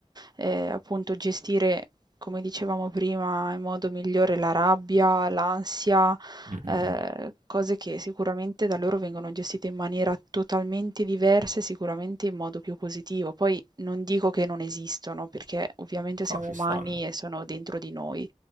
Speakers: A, on the right; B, on the right.
A: eh, appunto gestire, come dicevamo prima, in modo migliore la rabbia, l'ansia,
B: Mm, mm,
A: eh,
B: mm.
A: cose che sicuramente da loro vengono gestite in maniera totalmente diversa e sicuramente in modo più positivo. Poi non dico che non esistono, perché ovviamente siamo
B: No, ci
A: umani
B: stanno,
A: e sono dentro di noi,